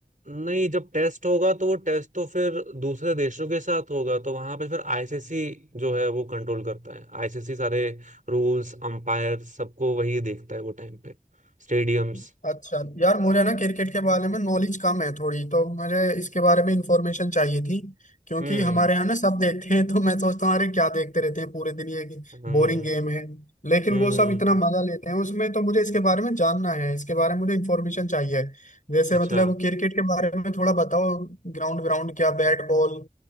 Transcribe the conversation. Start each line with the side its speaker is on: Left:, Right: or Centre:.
Right: नहीं जब टेस्ट होगा तो वो टेस्ट तो फिर दूसरे देशों के साथ होगा तो वहां पे फिर आईसीसी जो है वो कंट्रोल करता है आईसीसी सारे रूल्स अंपायर सबको वही देखता है वो टाइम पे स्टेडियम्स
Left: अच्छा यार मुझे ना क्रिकेट के बारे में नॉलेज कम है थोड़ी तो मुझे इसके बारे में इंफॉर्मेशन चाहिए थी क्योंकि
Right: हम्म
Left: हमारे यहाँ ना सब देखते हैं तो मैं सोचता हूँ अरे क्या देखते रहते हैं पूरे दिन ये
Right: हम्म
Left: बोरिंग गेम है लेकिन
Right: हम्म
Left: वो
Right: हम्म,
Left: सब इतना मजा लेते हैं उसमें तो मुझे इसके बारे में जानना है इसके बारे में मुझे इंफॉर्मेशन चाहिए जैसे
Right: अच्छा
Left: मतलब क्रिकेट के बारे में थोड़ा बताओ ग्राउंड ग्राउंड क्या बैट बॉल